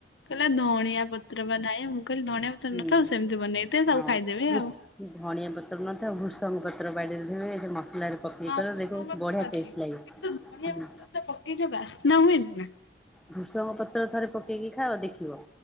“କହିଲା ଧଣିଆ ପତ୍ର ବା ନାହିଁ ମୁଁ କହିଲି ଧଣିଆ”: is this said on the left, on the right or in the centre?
Left